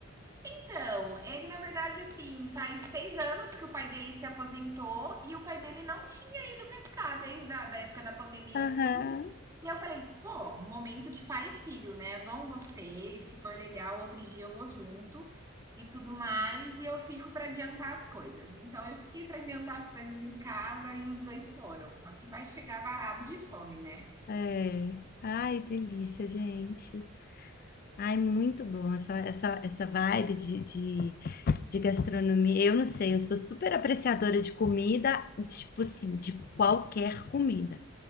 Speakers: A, on the right (about 15°); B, on the left (about 45°).
A: Então, é que na verdade, assim, faz seis anos que o pai dele se aposentou e o pai dele não tinha ido pescar desde a da época da pandemia,
B: Aham,
A: tudo. E eu falei, pô, um momento de pai e filho, né? Vão vocês, se for legal, outro dia eu vou junto e tudo mais. E eu fico para adiantar as coisas. Então, eu fiquei para adiantar as coisas em casa e os dois foram. Só que vai chegar varado de fome, né?
B: é. Ai, delícia, gente. Ai, muito bom essa, essa, essa vibe de, de de gastronomia. Eu não sei, eu sou super apreciadora de comida, tipo assim, de qualquer comida.